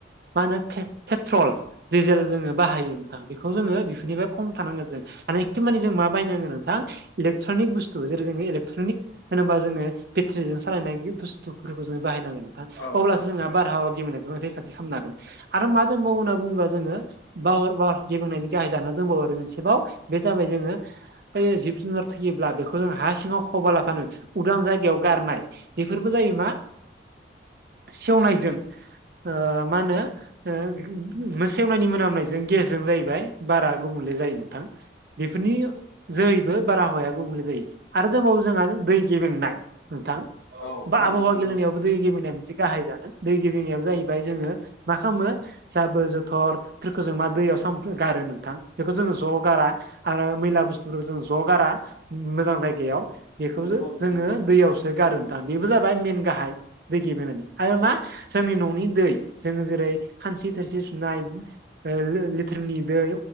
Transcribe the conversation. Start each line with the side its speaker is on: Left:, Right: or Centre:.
Right: मा होनो फे-फेट्रल दिडिजेल जोङो बाहायो नोंथां बेखौ जोङो बेफोरनिफ्राय खम थानांगोन जों हानाय कि माने जों मा बायनांगोन नोंथां इलेकट्रनिक बुस्थु जेरै जोङो इलेकट्र'निक होनोबा जोङो बेटारिजों सालायनाय बुस्थुफोरखौ जोङो बाहायनांगोन।
Left: औ
Right: अब्लासो
Left: नोंथां
Right: जोंहा बारहावा गेेबेनायखौ रैखाथि खालामनो हागोन। आरो मा दंबाव होनना बुंबा जोङो बावार बार गिबनायनि गाहाय जाना दंबावो आरो मोनसेबाव बे जाबाय जोङो बे जिब जुनार थैयोब्ला बे खौ जों हा सिङाव फबा लाफानो उदां जायगायाव गारनाय बेफोरबो जायो मा सेवनायजों ओ मा होनो ओ मोसे नायनि मोनामनायजों गेसजों जाहैबाय बारा गुबुनले जायो नोंथां। बेफोरनि जोहैबो बारहावाया गुबुंले जायो। आरो दंबावो जोंहा दै गेबेंनाय नोंथां
Left: औ नंगौ
Right: बा आबहावा
Left: नोंथां नंगौ
Right: गेलेनायावबो दै गेबेंनाया मोनसे गाहाय जादों। दै गेबेंनाया जाहैबाय जोङो मा खामो जाबो-जथ' फोरखौ जों मा दैयाव साम गारो नोंथां बेखौ जोङो ज' गारा आरो मैला बुस्थुफोरखौ जों ज' गारा मोजां जायगायाव बेखौ
Left: नंगौ
Right: जोङो
Left: नंगौ
Right: दैयावसो गारो नोंथां बेबो जाबाय मेेन गाहाय। दै गेबेनानै आरो मा जोंनि न'नि दै जोङो जेरै-खानसि थोरसि ओ लो-लिथ्रनि दै